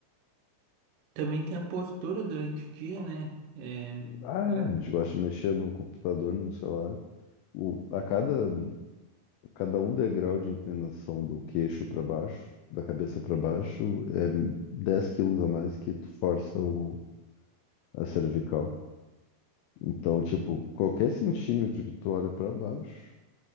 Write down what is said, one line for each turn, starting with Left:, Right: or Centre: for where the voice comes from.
Right: Também tem a postura durante o dia, né? É,
Left: Ah, é,
Right: já-
Left: a gente gosta de mexer no computador, no celular. O, a cada, cada um degrau de inclinação do queixo para baixo, da cabeça para baixo, é 10 quilos a mais que tu força o, a cervical. Então, tipo, qualquer centímetro que tu olha para baixo,